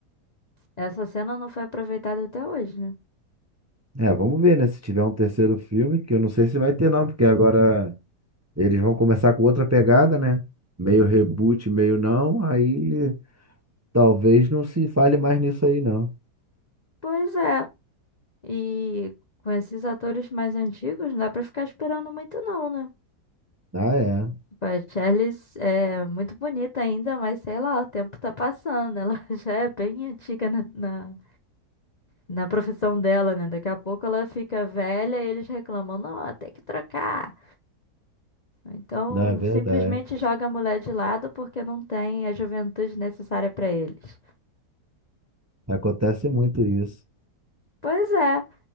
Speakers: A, on the left (about 40°); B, on the right (about 15°).
A: Essa cena não foi aproveitada até hoje, né?
B: É, vamos ver, né, se tiver um terceiro filme, que eu não sei se vai ter não, porque agora eles vão começar com outra pegada, né? Meio reboot, meio não. Aí talvez não se fale mais nisso aí não.
A: Pois é. E com esses atores mais antigos, não dá pra ficar esperando muito, não, né?
B: Ah, é.
A: Tipo, A Charlize é muito bonita ainda, mas sei lá, o tempo tá passando. Ela <laughs> já é bem antiga na, na, na profissão dela, né? Daqui a pouco ela fica velha e eles reclamam: não, tem que trocar. Então,
B: Não, é verdade.
A: simplesmente joga a mulher de lado porque não tem a juventude necessária pra eles.
B: Acontece muito isso.
A: Pois é.